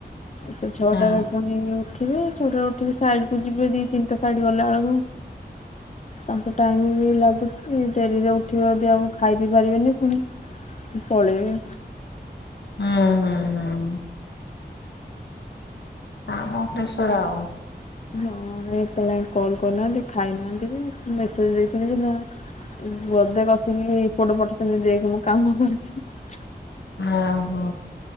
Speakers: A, on the left (about 40°); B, on the left (about 85°).
A: ସେ ଛଅଟାରେ
B: ହଁ।
A: ପୁଣି ଉଠି ବେ ଛ ଟାଳେ ଉଠିକି ସାଇଡକୁ ଯିବେ ଦି ତିନିଟା ସାଇଡ ଗଲା ବେଳକୁ ତାଙ୍କୁ ଟାଇମ୍ ବି ଲାଗୁଛି, ଡେରିରେ ଉଠିବ ଯଦି ଆଉ ଖାଇ ବିି ପାରିବେନି ପୁଣି ପଳେଇବେ।
B: ହୁଁ ହୁଁ ହୁଁ। କାମ ପ୍ରେସର ଆଉ।
A: ହଁ, ଏତଳ ଆଏଁ କଲ୍ କରିନାହାଁନ୍ତି, ଖାଇନାହାଁନ୍ତି ବି ମେସେଜ ଦେଇଥିଲି ବି ନା ବୋଧେ କସିକି ରିପୋର୍ଟ ପଠେଇଛନ୍ତି। ଦେଖ୍ ମୁଁ କାମ କରିୁଛି।
B: ଆହୋ,